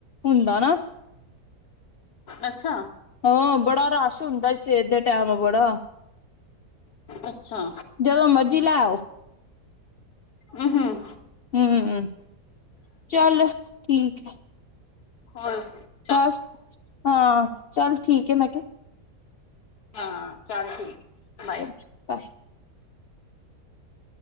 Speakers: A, on the left; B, on the left.
A: ਹੁੰਦਾ ਨਾ?
B: ਅੱਛਾ।
A: ਹਾਂ, ਬੜਾ ਰਸ਼ ਹੁੰਦਾ ਸਵੇਰ ਦੇ ਟਾਈਮ, ਬੜਾ!
B: ਅੱਛਾ
A: ਜਦੋਂ ਮਰਜੀੀ ਲੈਓ।
B: ਹਮ, ਹਮ।
A: ਹਮ, ਚੱਲ, ਠੀਕ ਹੈ।
B: ਹਾਂ <unintelligible>
A: ਬਸ, ਹਾਂ, ਚੱਲ, ਠੀਕ ਹੈ, ਮੈਂ ਕਿਹਾ।
B: ਹਾਂ, ਚੱਲ, ਠੀਕ ਹੈ, ਬਾਏ।
A: ਹ <unintelligible> ਬਾਏ